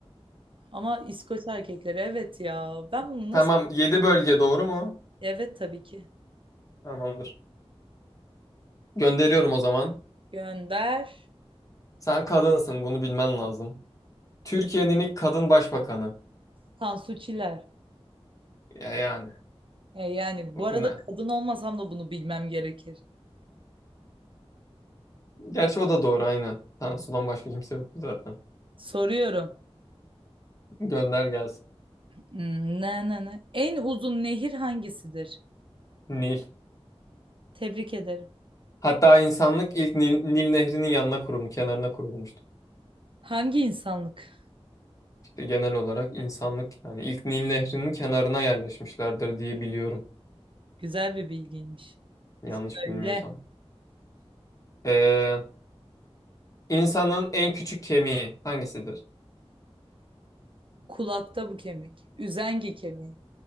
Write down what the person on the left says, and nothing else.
Tamam. yedi bölge doğru mu?
Tamamdır. Gönderiyorum o zaman.
Sen kadınsın. Bunu bilmen lazım. Türkiye'nin ilk kadın başbakanı.
Ya yani.
Ne?
Gerçi o da doğru aynen. Tansu'dan başka kimse yoktu zaten.
Gönder gelsin.
Nil.
Hatta insanlık ilk Nil, Nil Nehri'nin yanına kurulmuş, kenarına kurulmuştu.
İşte genel olarak insanlık yani ilk Nil Nehri'nin kenarına yerleşmişlerdir diye biliyorum.
Yanlış bilmiyorsam.
Ee, insanın en küçük kemiği hangisidir?